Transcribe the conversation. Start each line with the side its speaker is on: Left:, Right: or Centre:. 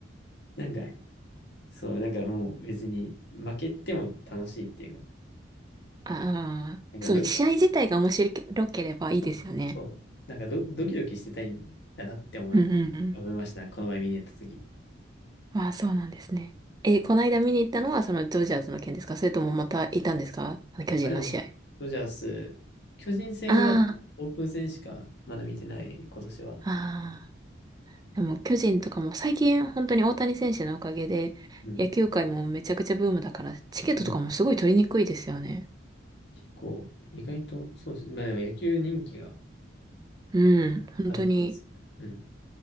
Left: なんか、そう、なんかもう別に、負けても楽しいっていうか、
Right: ああ、
Left: なんかドキ
Right: そう、試合自体が面白ければいいですよね。
Left: そうそう。なんかド、ドキドキしてたいんだなって思う、
Right: うんうんうん。
Left: 思いました。この前見に行った時。
Right: ああ、そうなんですね。え、この間見に行ったのはそのドジャースの件ですかそれともまたいたんですかあの巨人の試合。
Left: あ、でも、ドジャース、巨人戦はオープン戦しかまだ見てない、
Right: あ
Left: 今年は。
Right: あ、ああ。でも巨人とかも最近本当に大谷選手のおかげで野球界もめちゃくちゃブームだからチケットとかもすごい取りにくいですよね。
Left: うん。うん。結構、意外と、そうです。まあでも野球人気が
Right: うん。本当に
Left: ある気がする。うん。